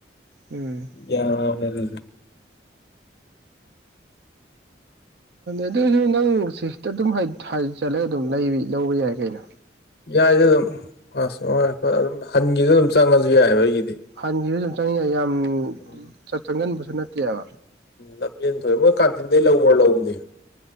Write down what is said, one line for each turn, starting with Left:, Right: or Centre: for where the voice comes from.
Right: ꯎꯝ
Left: <unintelligible>
Right: ꯑꯗꯨꯑꯣꯏꯁꯨ ꯅꯪ ꯁꯤꯁꯤꯇ ꯑꯗꯨꯝ ꯍꯥꯏ ꯍꯥꯏꯖꯤꯜꯂ ꯑꯗꯨꯝ ꯂꯧꯕ ꯌꯥꯏ ꯀꯩꯅꯣ
Left: ꯌꯥꯏꯗ ꯑꯗꯨꯝ ꯐꯁ ꯑꯥꯎꯔ ꯑꯗꯨꯝ ꯍꯟꯒꯤꯗ ꯑꯗꯨꯝ ꯆꯪꯉꯁꯨ ꯌꯥꯏꯕ ꯑꯩꯒꯤꯗꯤ
Right: ꯍꯟꯈꯤꯕꯁꯨ ꯌꯥꯝ
Left: ꯎꯝ
Right: ꯆꯪꯖꯟꯕꯁꯨ ꯅꯠꯇꯦꯕ
Left: ꯂꯝꯦꯟ ꯊꯣꯛꯑꯦ ꯃꯣꯏ ꯀꯥꯇꯤꯟꯗꯩ ꯂꯧꯈ꯭ꯔꯣ ꯂꯧꯧꯕꯅꯦ